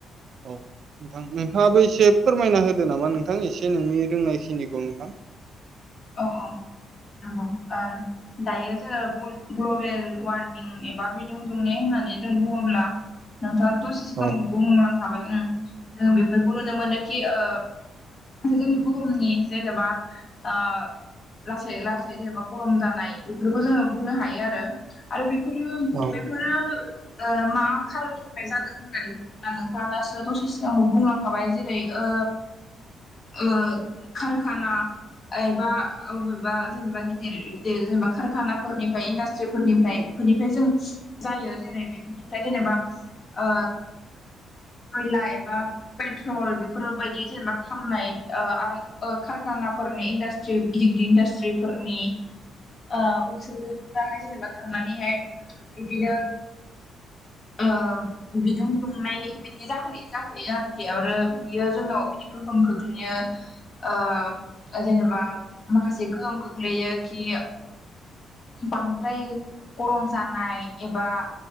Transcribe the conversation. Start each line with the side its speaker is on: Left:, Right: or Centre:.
Right: औ नोंथां नोंथाङाबो एसे फोरमायना होदो नामा नोंथां एसे नोंनि रोंनायखिनि थां
Left: औहा नंगौ ओ दायो जोङो ग्लबेल वारमिं एबा बिदुं दुंनाय होननानै जों बुङोब्ला दा दसे सिगां
Right: औ
Left: बुंलांखाबाय जों बेफोरखौ नुनो मोनोखि ओ जोंनि बुहुमनि जेनेबा ओ लासै लासै जेनेबा गरम जानाय बेफोरखौ जोङो बुंनो हायो आरो आरो बि फोरो
Right: औ
Left: बेफोरो ओ मा खारननि थाखाय जादों होननानै बुङोब्ला नोंथाङा दासो दसे सिगांबो बुंलांखाबाय जेरै ओ ओ कारखाना एबा आ अबेबा जेनेबा गिदिर गिदिर जेनेबा कारखानाफोरनिफ्राय इन्डासट्रिफोरनिफ्राय बेफोरनिफ्राय जों जायो जेरै बेफोरनिफ्राय जेनेबा ओ खयला बा पेट्रल बेफोरबायदि जेनेबा खामनाय आरो ओ कारखानाफोरनि इ ट्रि गिदर गिदिर इन्डासट्रिफोरनि ओ उखुन्दैफोराहाय जेनेबा थांनानैहाय बिदिनो
Right: <inaudible>
Left: ओ बिदुं दुंनाय बिदि जाहो जाहैयो आरोखि आरो बियो जोंनाव बिदि गोहोम खोख्लैयो ओ जेनेबा माखासे गोहोम खोख्लैयो कि बांद्राय गरम जानाय एबा